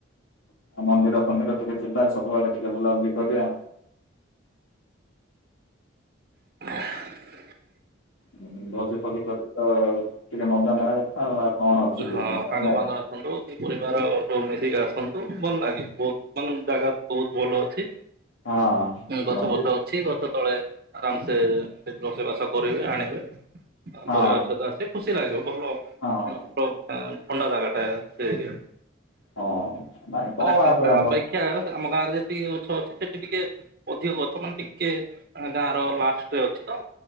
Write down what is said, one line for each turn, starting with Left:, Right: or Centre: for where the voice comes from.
Left: ମନ୍ଦିର ଫନ୍ଦିର ଟିକେ ଯିବା ସବୁଆଡେ ଟିକେ ବୁଲାବୁଲି କରିବା।
Right: ହ
Left: ହଁ ଭୋଜି ଫୋଜି କରିକି ତ ଟିକେ ମଜା ନେବା କଥା ଆଉ ଆଉ କଣ ଅଛି ଜୀବନ
Right: ହଁ
Left: ରେ
Right: ସାଙ୍ଗମାନେ
Left: ନାଇଁ କି?
Right: ଆସନ୍ତୁ କି ପରିବାର ସୋଉ ମିଶିକି ଆସନ୍ତୁ ଭଲ ଲାଗେ ବହୁତ ମାନେ ଜାଗା ବହୁତ ଭଲ ଅଛି
Left: ହଁ
Right: ଗଛପଛ
Left: ମନ୍ଦିର
Right: ଅଛି ଗଛ ତଳେ ଆରାମ ସେ ରୋଷେଇ ବାସ କରିବେ ଆଣିବେ ଆ
Left: ହଁ
Right: ପରିବାର ସହିତ ଆସ ସେ ଖୁସି ଲାଗିବ ଭଲ
Left: ହଁ।
Right: <unintelligible> ଥଣ୍ଡା ଜାଗା ଟ ସେଇ ଏରିଆ <unintelligible>
Left: ହଁ ନାଇଁ କଣ ଆଉ କହିହବ
Right: ଦେଖିଆ ଆମ ଗାଁରେ ଯେତିକି ଗଛ ଅଛି ସେଠି ଟିକେ ଅଧିକ ଗଛ ମାନେ ଟିକେ ଗାଁ ର ଲାଷ୍ଟରେ ଅଛି ତ।